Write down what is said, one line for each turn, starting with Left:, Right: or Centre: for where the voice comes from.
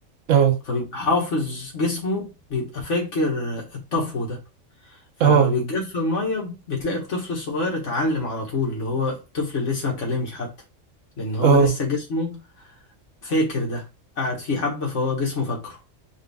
Right: اه
Left: فبيبقى حافظ جسمه بيبقى فاكر الطفو ده فلما
Right: اه
Left: بيتجف المية بتلاقي الطفل الصغير اتعلم على طول اللي هو الطفل اللي لسه ما اتكلمش حتى لأن هو
Right: اه
Left: لسه جسمه فاكر ده قعد فيه حبة فهو جسمه فاكره